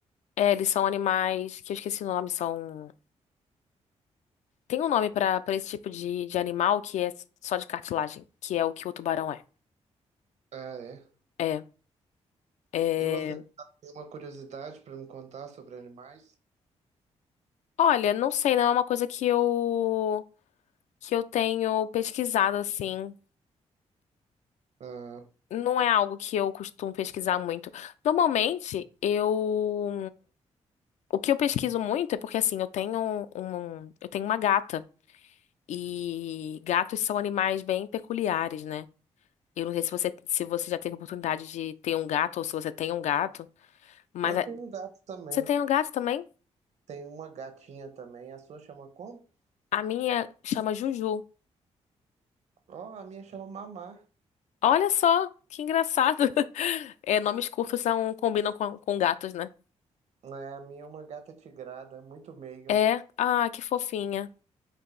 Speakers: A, on the left; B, on the right.
A: é, eles são animais que eu esqueci o nome, são Tem um nome pra para esse tipo de, de animal que é só de cartilagem, que é o que o tubarão é.
B: Ah, é.
A: É, é.
B: E você tem uma curiosidade para me contar sobre animais?
A: Olha, não sei, não é uma coisa que eu que eu tenho pesquisado assim.
B: Ah,
A: Não é algo que eu costumo pesquisar muito. Normalmente, eu o que eu pesquiso muito é porque assim, eu tenho um, um- eu tenho uma gata e gatos são animais bem peculiares, né? Eu não sei se você se você já teve a oportunidade de ter um gato ou se você tem um gato, mas
B: eu
A: a-
B: tenho gatos também.
A: você tem um gato também?
B: Tem uma gatinha também. A sua chama como?
A: A minha chama Juju.
B: Ó, a minha chama Mamá.
A: Olha só, que engraçado. <laughs> É, nomes curtos não combinam com, com gatos, né?
B: É, a minha é uma gata tigrada, muito meiga.
A: É, ah, que fofinha.